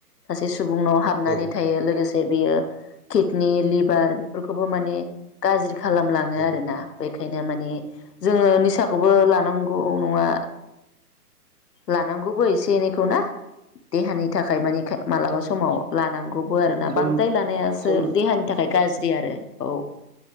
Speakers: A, on the left; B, on the right.
A: सासे सुबुंनाव हाबनानै
B: औ
A: थायो लोगोसे बियो किडनिक लिभार बेफोरखौबो माने गाज्रि खालामलाङो
B: औ
A: आरोना ओंखायनो माने जोङो निसाखौबो लानांगौ नङा लानांगौबो एसे एनैखौ ना। देहानि थाखाय मानि मालाबा समाव लानांगौ बो आरोना
B: खम
A: बांद्राय लानायासो
B: खम
A: देहानि थाखाय गाज्रि आरो औ